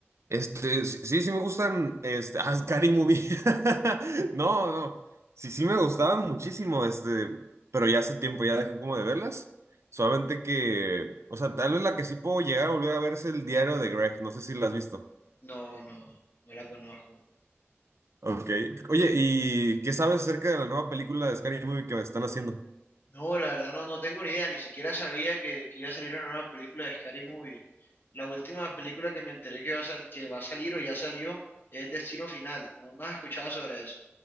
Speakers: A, on the right (about 80°); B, on the left (about 50°).
A: Este, sí, sí sí me gustan, este, ah, Scary Movie. <laughs> No, no, sí, sí me gustaban muchísimo, este, pero ya hace tiempo ya dejé como de verlas. Solamente que, o sea, tal vez la que sí puedo llegar a volver a ver es el diario de Greg, no sé si la has visto.
B: No, no, no la conozco.
A: Ok. Oye, ¿y qué sabes acerca de la nueva película de Scary Movie que están haciendo?
B: No, la verdad no, no tengo ni idea, ni siquiera sabía que, que iba a salir una nueva película de Scary Movie. La última película que me enteré que va a, sal- que va a salir o ya salió es Destino Final. ¿No, no has escuchado sobre eso?